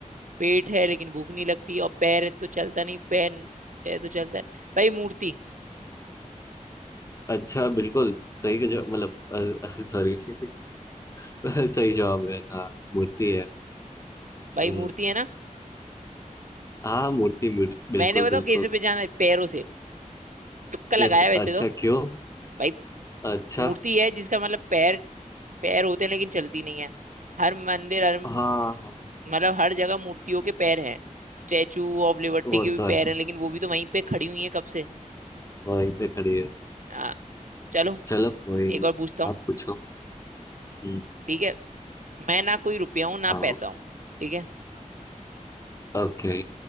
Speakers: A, on the right; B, on the left.
A: पेट है लेकिन भूख नहीं लगती और पैर है तो चलता नहीं पैर है तो चलता है भाई मूर्ति
B: अच्छा बिल्कुल सही का जवाब मतलब सॉरी <laughs> सही जवाब है हाँ मूर्ति है
A: भाई
B: हम्म,
A: मूर्ति है ना
B: हाँ मूर्ति बिल- बिल्कुल
A: मैंने बताऊं
B: बिल्कुल
A: कैसे पहचाना है पैरों से तुक्का
B: कैसे
A: लगाया वैसे
B: अच्छा
A: तो
B: क्यों
A: भाई
B: अच्छा
A: मूर्ति है जिसका मतलब पैर पैर होते हैं लेकिन चलती नहीं है हर मंदिर हर
B: हाँ हाँ
A: मतलब हर जगह मूर्तियों के पैर हैं स्टैचू ऑफ लिबर्टी
B: वो
A: के भी
B: तो है
A: पैर हैं लेकिन वो भी तो वहीं पे खड़ी हुई है कब से
B: वहीं पे खड़ी है
A: आ, चलो
B: चलो कोई
A: एक
B: नहीं
A: और पूछता हूँ
B: आप पूछो हम्म,
A: ठीक है मैं ना कोई रुपया हूँ ना
B: हाँ
A: पैसा हूँ ठीक है
B: ओके